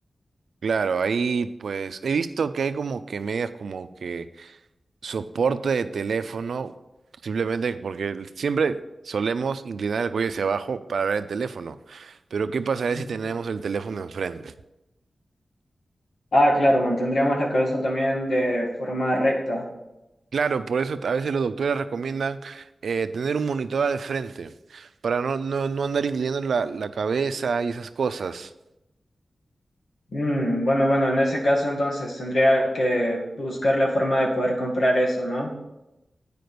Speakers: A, on the right; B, on the left.
A: Claro, ahí pues he visto que hay como que medias como que soporte de teléfono, simplemente porque siempre solemos inclinar el cuello hacia abajo para ver el teléfono. Pero ¿qué pasaría
B: Mm.
A: si tenemos el teléfono enfrente?
B: Ah, claro, mantendríamos la cabeza también de forma recta.
A: Claro, por eso a veces los doctores recomiendan eh, tener un monitor al frente para no, no, no andar inclinando la, la cabeza y esas cosas.
B: Mm, bueno, bueno, en ese caso entonces tendría que buscar la forma de poder comprar eso, ¿no?